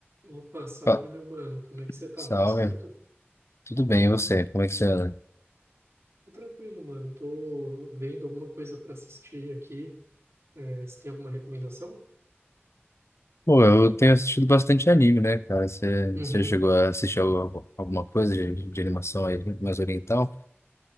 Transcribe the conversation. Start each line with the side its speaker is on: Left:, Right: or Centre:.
Right: Opa, salve
Left: Opa,
Right: meu mano, como é que você tá?
Left: salve,
Right: Tudo certo?
Left: tudo bem, e você? Como é que você anda?
Right: Tô tranquilo, mano. Tô vendo alguma coisa pra assistir aqui. É, você tem alguma recomendação?
Left: Pô, eu tenho assistido bastante anime, né, cara? Você,
Right: Uhum.
Left: você chegou a assistir al- alguma coisa de, de animação aí mais oriental?